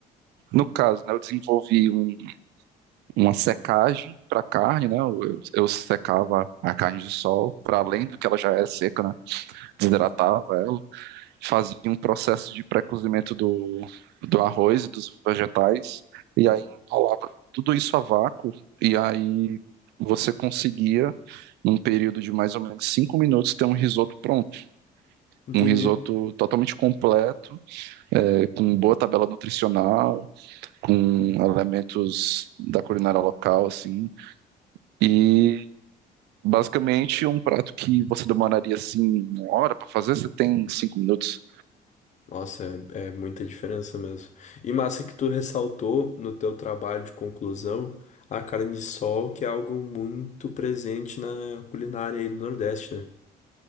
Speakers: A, on the right; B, on the left.
A: No caso, né, eu desenvolvi um uma secagem para carne, né? Eu, eu eu secava a carne de sol, para além do que ela já é seca, né? Desidratava ela, fazia um processo de pré-cozimento do, do arroz e dos vegetais, e aí enrolava tudo isso a vácuo, e aí você conseguia, num período de mais ou menos cinco minutos, ter um risoto pronto.
B: Entendi.
A: Um risoto totalmente completo, é, com boa tabela nutricional, com elementos da culinária local, assim. E Basicamente, um prato que você demoraria assim uma hora para fazer, você tem cinco minutos.
B: Nossa, é, é muita diferença mesmo. E massa que tu ressaltou no teu trabalho de conclusão a carne de sol, que é algo muito presente na culinária aí do Nordeste, né?